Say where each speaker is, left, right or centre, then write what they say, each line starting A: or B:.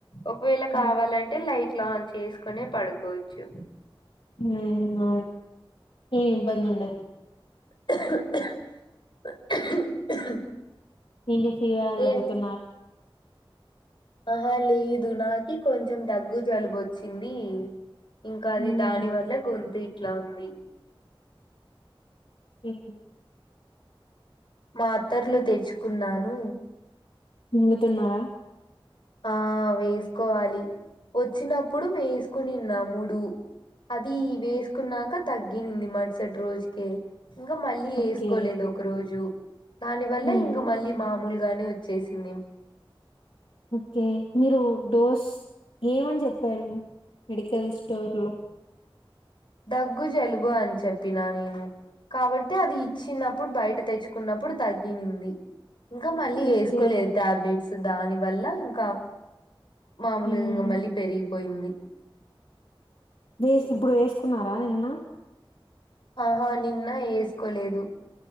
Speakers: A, on the left; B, on the left.
A: ఒకవేళ కావాలంటే
B: ఉమ్
A: లైట్లు ఆన్ చేసుకునే పడుకోవచ్చు.
B: ఉమ్ అవున ఏం ఇబ్బంద ఉండదు
A: <inaudible>
B: ఇం ఫీవర్ ర తగ్గుతున్నారు
A: ఏ ఆహా లేదు నాకి కొంచెం దగ్గు జలుబు వచ్చింది ఇంకా అది
B: హ్మ్.
A: దాని వల్ల గొంతు ఇట్లా ఉంది
B: స
A: మాత్తర్లు తెచ్చుకున్నాను
B: మింగుతునరా
A: ఆ వేసుకోవాలి వచ్చినప్పుడు వేస్కోనిన్నా మూడు అది వేసుకున్నాక తగ్గనింది మరుసటి రోజుకే ఇంకా మళ్ళీ
B: ఓకే
A: వేసుకోలేదు ఒక రోజు దాని వల్ల
B: ఉమ్
A: ఇంక మళ్ళీ మామూలుగానే వచ్చేసింది
B: ఓకే మీరు డోస్ ఏమని చెప్పారు? మెడికల్ స్టోర్ లో
A: దగ్గు జలుబు అని చెప్పినా నేను కాబట్టి అది ఇచ్చినప్పుడు బయట తెచ్చుకున్నప్పుడు తగ్గినింది ఇంకా మళ్ళీ
B: ఓకే
A: వేసుకోలేదు టాబ్లెట్స్ దాని వల్ల ఇంకా మాములుగా
B: ఉమ్
A: మళ్ళీ పెరిగిపోయింది
B: వేస్ ఇప్పుడు వేసుకున్నారా నిన్న
A: ఆహా నిన్న వేసుకోలేదు